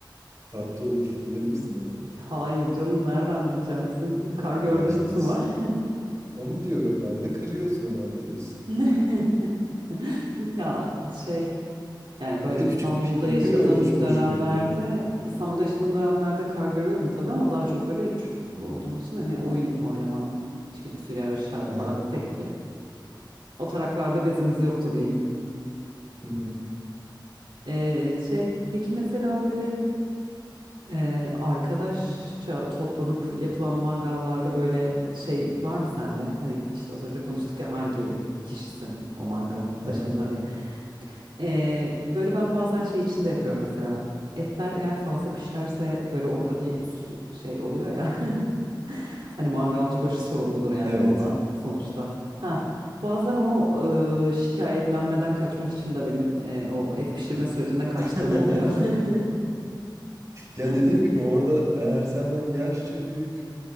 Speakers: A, on the right (about 40°); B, on the right (about 80°).
A: tatlı olur bilir misin onu?
B: Hayır canım nereden bileceğim bizim kar gördüğümüz
A: Ya işte
B: mü
A: s-
B: var? <laughs>
A: onu diyorum ben de kırıyorsun hemen diyorsun.
B: <laughs> Ya şey yani böyle
A: O da
B: İstanbul'da
A: küçük bir pikniktir
B: yaşadığım
A: ve o da çok
B: dönemlerde
A: hoşuma gidiyor.
B: İstanbul'da yaşadığım dönemlerde kar görüyordum tabii ama daha çok böyle çocuk
A: Hı.
B: olduğum için hani oyun oynama içgüdüsüyle öyle şarap
A: Hı hı.
B: marap pek o taraklarda bezimiz yoktu diyeyim.
A: Hı hı.
B: Ee, şey peki mesela böyle e, arkadaşça toplanıp yapılan mangallarda böyle şey var mı sende? Hani işte az önce konuştuk ya hangi kişisin o mangalın
A: Hı
B: başında diye. Ee, böyle ben bazen şey içinde yapıyorum mesela. Etler eğer fazla pişerse böyle orada bir su- şey oluyor ya. <laughs> Hani mangalcı başı sorumludur yani
A: Evet.
B: ondan sonuçta. Ha, bazen o e, şikayetlenmeden kaçmak için de benim e, o et pişirme sürecinde kaçtığım
A: <laughs>
B: oluyor. <laughs>
A: Ya dediğim
B: Hani
A: gibi orada eğer senden yaşça büyük,